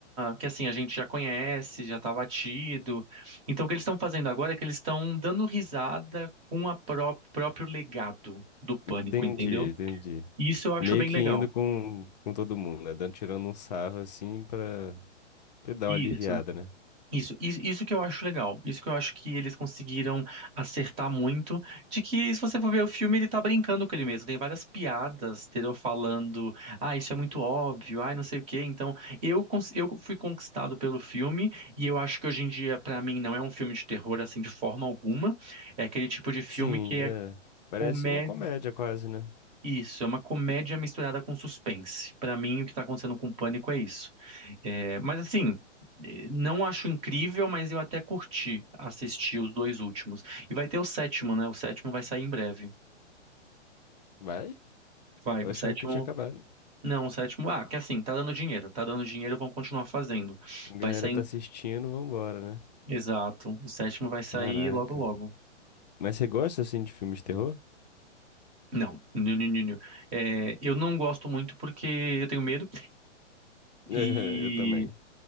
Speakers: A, on the right (about 15°); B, on the left (about 35°).
A: que assim, a gente já conhece, já tá batido. Então o que eles estão fazendo agora é que eles estão dando risada com a pró- próprio legado do Pânico,
B: Entendi,
A: entendeu?
B: entendi.
A: E Isso eu acho
B: Meio
A: bem
B: que
A: legal.
B: indo com, com todo mundo, né? Dando, tirando um sarro assim pra, pra dar
A: Isso.
B: uma aliviada, né?
A: Isso, isso, isso que eu acho legal. Isso que eu acho que eles conseguiram acertar muito. De que, se você for ver o filme, ele tá brincando com ele mesmo. Tem várias piadas, entendeu? Falando, ah, isso é muito óbvio, ah, não sei o quê. Então, eu, cons- eu fui conquistado pelo filme. E eu acho que hoje em dia, pra mim, não é um filme de terror, assim, de forma alguma. É aquele tipo de filme
B: Sim,
A: que é
B: é. Parece
A: comédia.
B: uma comédia quase, né?
A: Isso, é uma comédia misturada com suspense. Pra mim, o que tá acontecendo com o Pânico é isso. É, mas assim, eh, não acho incrível, mas eu até curti assistir os dois últimos. E vai ter o sétimo, né? O sétimo vai sair em breve.
B: Vai?
A: Vai,
B: Eu
A: o
B: achava
A: sétimo.
B: que tinha acabado.
A: Não, o sétimo. Ah, que assim, tá dando dinheiro. Tá dando dinheiro, vão continuar fazendo.
B: A galera
A: Vai sair.
B: tá
A: em-
B: assistindo, vambora, né?
A: Exato. O sétimo vai sair
B: Caraca.
A: logo, logo.
B: Mas você gosta assim de filmes de terror?
A: Não, não, não, não, não. É, eu não gosto muito porque eu tenho medo
B: <laughs> É,
A: e
B: eu também.